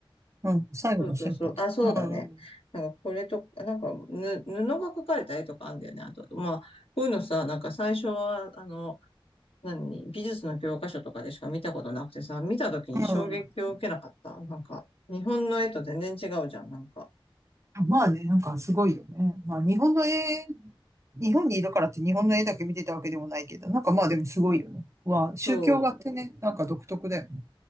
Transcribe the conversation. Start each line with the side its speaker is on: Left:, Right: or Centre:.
Right: うん、最後の審判。
Left: そうそうそう。あ、そうだね。
Right: うん、
Left: なんかこれと、なんかぬ、布が描かれた絵とかあんだよね。あと、まあ、こういうのさ、なんか最初は、あの、何、美術の教科書とかでしか見たことなくてさ、見た時に衝撃を受けなかった。
Right: うん、
Left: なんか、日本の絵と全然違うじゃん、なんか。
Right: まあね、なんかすごいよね。まあ日本の絵、日本にいるからって日本の絵だけ見てたわけでもないけど、なんかまあでもすごいよね。わあ、宗教画ってね、
Left: そう、
Right: なんか独特だよね。